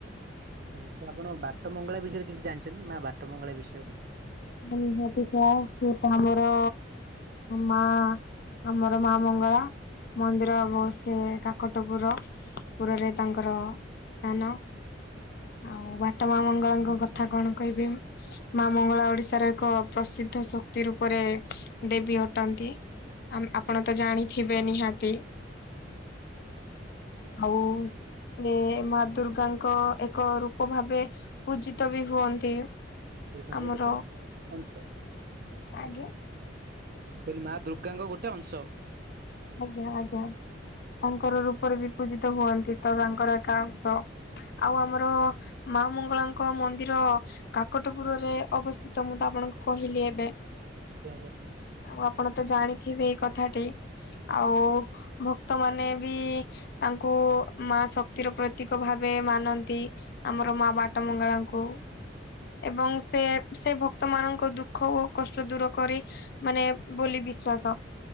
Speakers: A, on the right; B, on the left.
A: ହେଇ ତ ଆପଣ ବାଟ ମଙ୍ଗଳା ବିଷୟରେ କିଛି ଜାଣିଛନ୍ତି ମା ବାଟ ମଙ୍ଗଳା ବିଷୟରେ?
B: ଓହୋ ପିଠା ସିଏ ତ ଆମର ମା ଆମର ମା ମଙ୍ଗଳା। ମନ୍ଦିର
A: ଆଜ୍ଞା
B: ହେବ ସେ କାକଟ ପୁର ପୁରରେ
A: ଆଜ୍ଞା
B: ତାଙ୍କର ସ୍ଥାନ। ଆଉ ବାଟ ମା
A: କଟକ
B: ମଙ୍ଗଳାଙ୍କ
A: କାକଟପୁର
B: କଥା କଣ
A: କହୁଛନ୍ତି
B: କହିବି ମା ମଙ୍ଗଳା ଗୋ ଓଡିଶାର ଏକ ପ୍ରସିଦ୍ଧ ଶକ୍ତି ରୂପରେ ଦେବୀ ଅଟନ୍ତି।
A: ଆଜ୍ଞା
B: ଆ ଆପଣ
A: ଆଜ୍ଞା
B: ତ ଜାଣିଥିବେ ନିହାତି।
A: <inaudible>
B: ହଉ। ଏ ମା ଦୁର୍ଗାଙ୍କ ଏକ ରୂପ ଭାବେ ପୂଜିତ ବି ହୁଅନ୍ତି।
A: ମା ଦୁର୍ଗାଙ୍କ
B: ଆମର
A: ଗୋଟ ଅଂଶ।
B: ଆଜ୍ଞା।
A: ମୁଁ କହିଲି ମା ଦୁର୍ଗାଙ୍କ ଗୋଟେ ଅଂଶ।
B: ଆଜ୍ଞା ଆଜ୍ଞା ତାଙ୍କର ରୂପରେ ବି। ପୂଜିତ ହୁଅନ୍ତି ତ ତାଙ୍କର ଏକା ଅଂଶ ଆଉ
A: ଆଜ୍ଞା
B: ଆମର।
A: ଆଜ୍ଞା
B: ମା ମଙ୍ଗଳାଙ୍କ ମନ୍ଦିର। କାକଟପୁରରେ ଅବସ୍ଥିତ ମୁଁ ତ ଆପଣଙ୍କୁ କହିଲି ଏବେ।
A: ଆଜ୍ଞା ଆଜ୍ଞା।
B: ଆଉ ଆପଣ ତ ଜାଣିଥିବେ ଏଇ କଥାଟି ଆଉ
A: ଆଜ୍ଞା
B: ଭକ୍ତ ମାନ ବି। ତାଙ୍କୁ ମା ଶକ୍ତିର ପ୍ରତୀକ ଭାବେ ମାନନ୍ତି। ଆମର
A: ଆଜ୍ଞା
B: ମା ବାଟ ମଙ୍ଗଳାଙ୍କୁ ଏବଂ ସେ। ସେ ସେ ଭକ୍ତ ମାନଙ୍କ ଦୁଃଖ ଓ କଷ୍ଟ ଦୂର କରେ ମାନେ ବୋଲି ବିଶ୍ଵାସ।